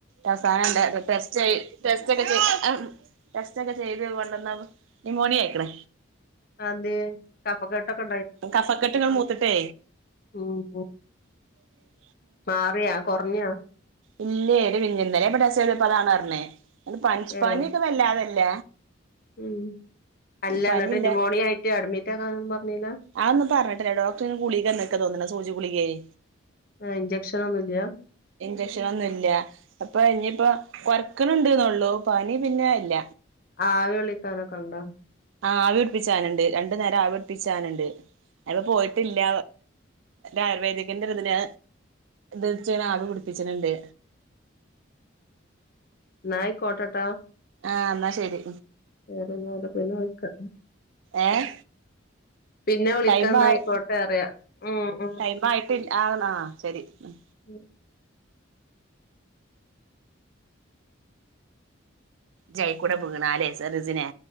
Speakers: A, on the right; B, on the left.
A: അവസാനം ഉണ്ട് ടെസ്റ്റ് ടെ <unintelligible> ടെസ്റ്റ ഒക്കെ ചെയ്ത് കൊണ്ടന്ന നിമോണിയ ആയിക്കണേ
B: അതെന്തേ കഫക്കെട്ടൊക്കെ
A: കഫക്കെട്ടുകൾ മൂത്തിട്ടേ
B: ആഹ ഓ
A: ഉ <inaudible>
B: മാറിയാ കുറഞ്ഞാ
A: ഇല്ലേ ഒരു വിഞ്ഞന്തനേ ഇന്നലേ ടെസ്റ്റ് ചെയ്തപ്പോ അതാണറ്ഞ്ഞേ അ പപനി
B: ഏ
A: ഒക്കെ വല്ലാതല്ല
B: ഉം അല്ല
A: പനിയില്ല
B: എന്നിട്ട് ന്യൂമോണിയ ആയിട്ട് അഡ്മിറ്റ് ആകാനൊന്നും പറഞ്ഞില്ല
A: അതൊന്നും പറഞ്ഞിട്ടില്ല ഡോക്ടറിന് ഗുളിക എന്നന്നൊക്കെ തോന്നുന്ന സൂചിഗുളികയെ
B: ആ ഇഞ്ചക്ഷന ഒന്നുംല്ല
A: ലക്ഷണൊന്നുമല്ല അപ്പൊ ഇനിയിപ്പ കൊറക്കുന്നുണ്ട്ന്നള്ളൂ പനി പിന്നെ ഇല്ല
B: ആ ആവി വിളിക്കാനൊക്കെ ഉണ്ടോ
A: ആ ആ അവർപ്പിച്ചാനുണ്ട് രണ്ടു നേരം ആവർപ്പിച്ചാനുണ്ട് അപ്പൊ പോയിട്ടില്ല ആയുർവേദിക്കന്റെതിന് എത്ച്ചന ആവി പിടിപ്പിച്ചനുണ്ട്
B: നായി കോട്ടട്ട
A: ആഹ എന്നാ ശരി
B: വേറെന്നത പിന്നെ വിളക്ക
A: ഏഹ്
B: പിന്നെ വിളിക്കാന്നായിക്കോട്ടെ
A: ടൈം ആയി
B: അറിയാം ഉ ഉ ഉം
A: ടൈം ആയിട്ടില്ല ആഹ് ശരി ഉം
B: <unintelligible>
A: ജൈക്കൂടെ പോകണ അല്ലെ സറിസിനെ